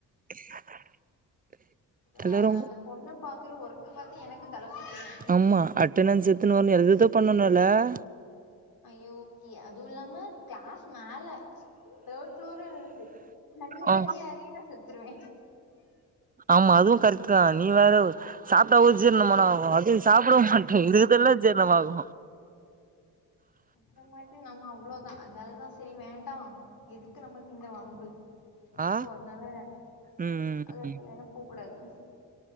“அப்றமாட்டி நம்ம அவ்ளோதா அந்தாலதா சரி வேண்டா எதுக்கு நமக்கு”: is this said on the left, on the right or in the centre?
Left